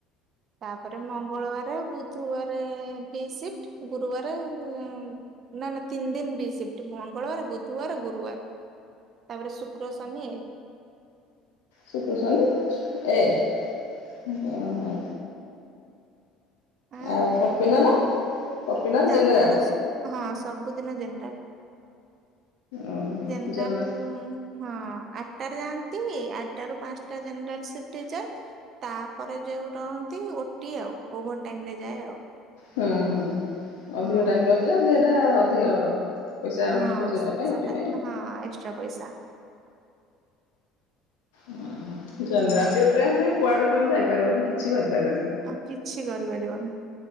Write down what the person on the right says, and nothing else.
ତାପରେ ମଙ୍ଗଳବାରେ, ବୁଧୁବାରେ ବି ସିପ୍ଟ। ଗୁରୁବାରେ ଉଁ ନା ନା ତିନି ଦିନ୍ ବି ସିପ୍ଟ। ମଙ୍ଗଳବାର, ବୁଧୁବାର, ଗୁରୁବାର। ତାପରେ ଶୁକ୍ର ଶନି
ହଁ
ତାଙ୍କର
ହଁ ସବୁଦିନ ଜେନେରାଲ୍।
ଜେନେରାଲ୍
ହଁ ଆଟାରେ ଯାଆନ୍ତି। ଆଟାରୁ ପାଞ୍ଚଟା ଜେନେରାଲ୍ ସିପ୍ଟ ହେଇଯାଏ। ତାପରେ ଯୋଉ ରହନ୍ତି ଓଟି ଆଉ। ଓଭର ଟାଇମ୍ ରେ ଯାଏ ଆଉ।
ହଁ
ହଁ
ସେଟା,
ହଁ ଏକ୍ସଟ୍ରା ପଇସା।
ହଁ
ଆଉ କିଛି କରିପାରିବନି।